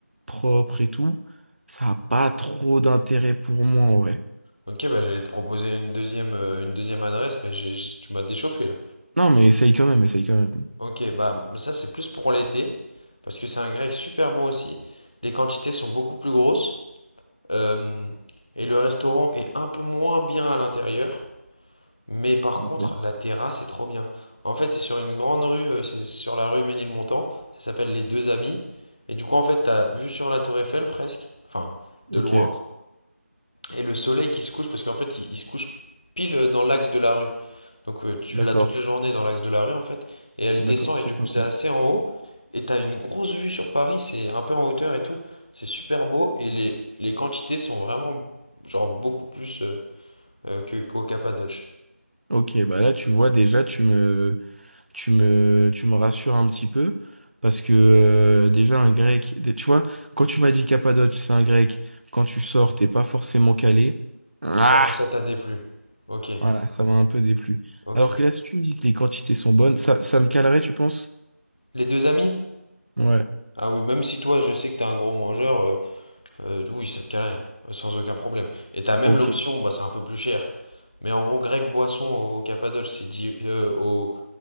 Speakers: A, on the right; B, on the left.
A: propre et tout, ça a pas trop d'intérêt pour moi, ouais.
B: Ok, bah j'allais te proposer une deuxième, euh, une deuxième adresse, mais j'ai- j'ai- tu m'as déchauffé là.
A: Non, mais essaye quand même, essaye quand même.
B: Ok, bah ça c'est plus pour l'été, parce que c'est un grec super bon aussi. Les quantités sont beaucoup plus grosses, euh, et le restaurant est un peu moins bien à l'intérieur, mais par
A: Ok,
B: contre, la terrasse est trop bien. En fait, c'est sur une grande rue, euh, c'est sur la rue Ménilmontant, ça s'appelle Les Deux Amis, et du coup, en fait, t'as vu sur la tour Eiffel presque, enfin, de
A: Ok,
B: loin. Et le soleil qui se couche, parce qu'en fait, il, il se couche pile dans l'axe de la rue. Donc euh, tu
A: d'accord.
B: l'as toute la journée dans l'axe de la rue, en fait. Et elle
A: D'accord,
B: descend,
A: très
B: et du
A: sympa.
B: coup, c'est assez en haut. Et t'as une grosse vue sur Paris, c'est un peu en hauteur et tout. C'est super beau, et les, les quantités sont vraiment, genre, beaucoup plus euh, euh, que, qu'au Cappadoce.
A: Ok, bah là tu vois déjà tu me tu me tu me rassures un petit peu parce que euh, déjà un grec, des- tu vois, quand tu m'as dit Cappadoce, c'est un grec, quand tu sors, t'es pas forcément calé. Ah!
B: Ça t'a ça t'a déplu. Ok,
A: Voilà, ça m'a un peu déplu.
B: ok.
A: Alors que là, si tu me dis que les quantités sont bonnes, ça, ça me calerait, tu penses?
B: Les deux amis?
A: Ouais,
B: Ah oui, même si toi, je sais que t'es un gros mangeur, euh, Euh, oui, ça te calerait, euh, sans aucun problème. Et t'as même
A: ok,
B: l'option, bah c'est un peu plus cher. Mais en gros, grec boisson au, au Cappadoce, c'est dix. euh, au-